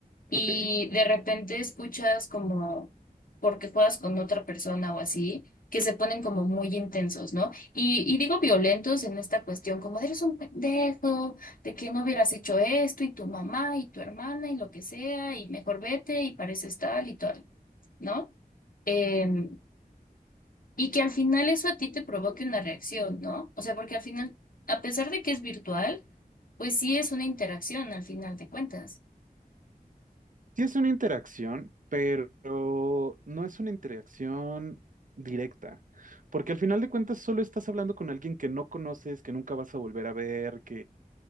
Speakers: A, on the left; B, on the right.
A: y
B: Ok.
A: de repente escuchas como porque juegas con otra persona o así, que se ponen como muy intensos, ¿no? Y, y digo violentos en esta cuestión, como eres un pendejo, de que no hubieras hecho esto, y tu mamá, y tu hermana, y lo que sea, y mejor vete, y pareces tal y tal, ¿no? Em, y que al final eso a ti te provoque una reacción, ¿no? O sea, porque al final, a pesar de que es virtual, pues sí es una interacción al final de cuentas.
B: Sí es una interacción, pero no es una interacción directa. Porque al final de cuentas solo estás hablando con alguien que no conoces, que nunca vas a volver a ver,